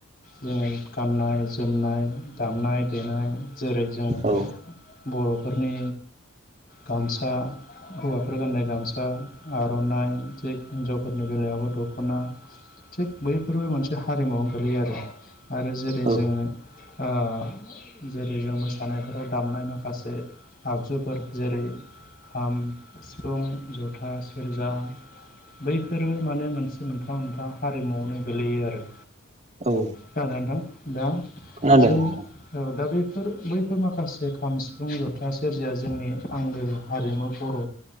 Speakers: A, on the left; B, on the right.
A: जोङो गाननाय जोमनाय दामनाय देनाय जेरै जोंङो
B: औ
A: बर'फोरनि गामसा हौवाफोर गाननाय गामसा आर'नाइ थिग हिनजावफोरनि बेला याबो दख'ना थिग बैफोरबो मोनसे हारिमुवयावनो गोलैयो आरो आरो जेरै
B: औ
A: जोङो ओ जेरै जेरै जों मोसानायफोराव दामनाय माखासे आगजुफोर जेरै खाम सिफुं जथा सेरजा बैफोरबो माने मोनसे मोनफा मोनफा हारिमुयावनो गोलैयो आरो
B: औ
A: जागोन नोथां दा
B: खोनादों
A: जों
B: नोंथां
A: औ दा बे फोर बैफोर माखासे खाम सिफुं जथा सेरजाया जोंनि आंगो हारिमु बर'